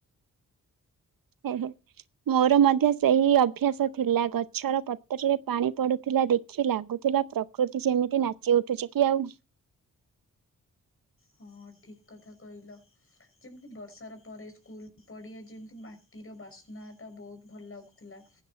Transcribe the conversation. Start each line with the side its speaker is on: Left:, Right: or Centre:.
Right: ହେହେ ମୋର ମଧ୍ୟ ସେହି ଅଭ୍ୟାସ ଥିଲା। ଗଛର ପତ୍ରରେ ପାଣି ପଡୁଥିଲା ଦେଖି ଲାଗୁଥିଲା ପ୍ରକୃତି ସେମିତି ନାଚି ଉଠୁଛି କି ଆଉ।
Left: ହଁ ଠିକ୍ କଥା କହିଲ। ଯେମିତି ବର୍ଷାର ପରେ, ସ୍କୁଲ ପଡ଼ିଆ ଯେମିତି ମାଟିର ବାସ୍ନା ଟା ବହୁତ ଭଲ ଲାଗୁ ଥିଲା,